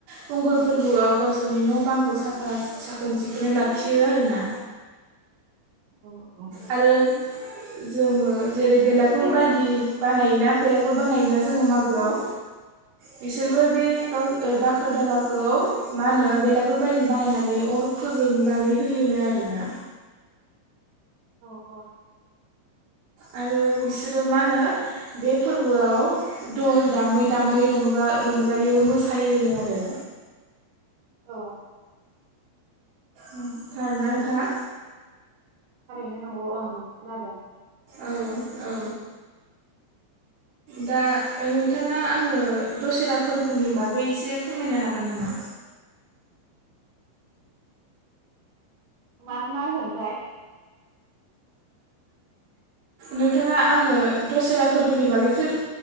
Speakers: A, on the right (about 60°); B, on the right (about 85°).
A: फंगल फोरबोआव गा सोरनि न' बांखौ साफ बा साखोन सिखोनै लाखियो आरोना।
B: औ औ
A: आरो जोङो जेरै बेलागुर बाय दि बानायोना बेलागुर बानायोना जोङो मागोआव बिसोरबो
B: औ
A: बे गाव ओ दाखोर दालाखौ मा होनो बेलागुर बायदि बानायनानै अर फोजोंनानै होयोनो आरोना।
B: अ अ
A: आरो बिसोरो मा होनो बे फोरबोआव दल दामै दामै रंजा रंजायो मोसायोनो आरो।
B: औ
A: उम खोनादोंना
B: औ
A: नोंथाङा?
B: थारैनो नंगौ ओं खोनादों।
A: औ औ दा नोंथाङा आं नो दसेेरा फोरबोनि बागै एसे फोरमायनो हागोन नामा?
B: मा मा होनदोंथाय?
A: नोंथाङा आंनो दसेरा फोरबोनि बागै फोर